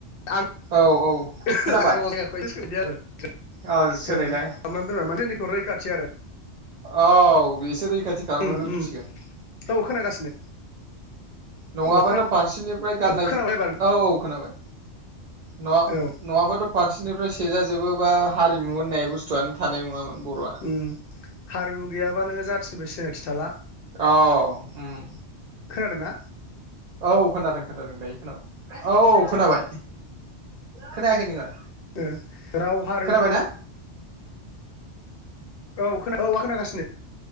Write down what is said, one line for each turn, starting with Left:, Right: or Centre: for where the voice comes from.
Left: आं
Right: औ।
Left: <unintelligible>
Right: औ खोनाबाय औ सोलायलाय औ बेसो रैखाथि खालामनो
Left: उम
Right: दोनसिगोन।
Left: उम औ खोनागासिनो।
Right: नङाबाथ'
Left: औ खोना
Right: फारसेनिफ्राय गाननाय
Left: खोनाबाय एबार
Right: औ औ खोनाबाय। न
Left: औ
Right: नङाबाथ' फारसेनिफ्राय सेजा जोबोबा हारिमु होननाय बुस्थुआनो थानाय नङामोन। बर'आ
Left: उम हारिमु गैयाबानो जाथि जेबो सिनायथि थाला।
Right: औ उम।
Left: खोनादों ना?
Right: औ खोनादों खोनादों दायो खोनाबाय औ औ खोनाबाय। खोनायाखै नोङो?
Left: ओ राव हारिमु।
Right: खोनाबायना
Left: औ खोना आं खोनागासिनो।